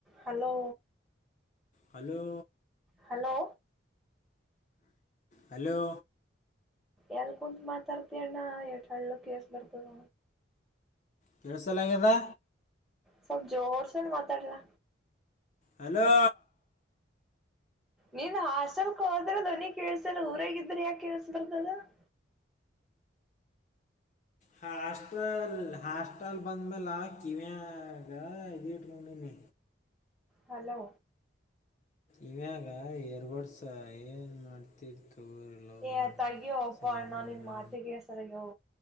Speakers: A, in the centre; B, on the left.
A: hello
B: hello
A: hello
B: hello
A: ಎಲ್ಲಿ ಕುಂತು ಮಾತಾಡ್ತಿ ಅಣ್ಣ ಎ ಹಳ್ಳು ಕೇಸ್ ಬರ್ತದ
B: ಕೆಳಸೊಲಂಗಿದೆ
A: ಸವಲ್ ಜೋರ್ಸು ಮಾತ್ರಾಡಲ್ಲ
B: ಹಲೋ
A: ನಿಂದ್ ಹಾಸ್ಟೆಲ್ಕ್ ಹೋದ್ರೆ ಧ್ನಿ ಕೇಸಲ್ಲ ಊರಾಗ ಇದ್ರ ಯಾಕ ಕೇಸಬಾರದದ <inaudible>
B: ಹಾಸ್ಟಲ್ ಹಾಸ್ಟೆಲ್ ಬಂದ ಮೇಲ ಕಿವಿಯಗೇಡ್ ಮನ
A: ಹಲೋ
B: ಇವ್ಯಾಗ ಎರ್ ವಡ್ಸ ಏನ್ ಮಾಡ್ತಿತ್ತು ಲವ್
A: ಏ
B: ಮಾಡಿ
A: ತಗಿಯ ಒಪ್ಪ
B: ಸಾಯ್ಬೇಡ್ರಿ
A: ಅಣ್ಣ ನಿನ್ ಮಾತಿಗೆ ಹೆಸರಿಗ